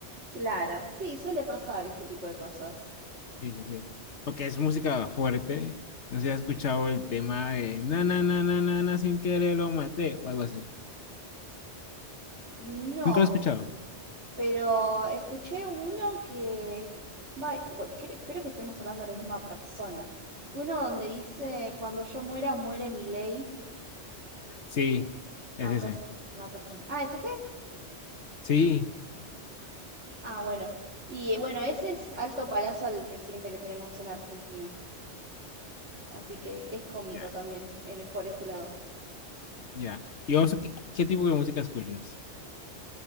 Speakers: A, on the right (about 80°); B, on the left (about 80°).
A: Claro, sí, suele pasar ese tipo de cosas.
B: Sí, sí, sí. Porque es música fuerte, no sé si has escuchado el tema de na, na, na, na, na, na, sin querer lo maté, o algo así.
A: No,
B: ¿Nunca lo he escuchado?
A: pero escuché uno que... Vai, bu- cre- espero que estemos hablando de la misma persona. Uno donde dice, cuando yo muera, muere mi ley.
B: Sí, es
A: Ah, entonces
B: ese.
A: sí, la misma persona. Ah, ¿es ese?
B: Sí,
A: Ah, bueno. Y eh, bueno, ese es alto palazo al presidente que tenemos en Argentina. Así que es cómico
B: ya,
A: también en- por ese lado.
B: ya. ¿Y vos qué, qué tipo de música escuchas?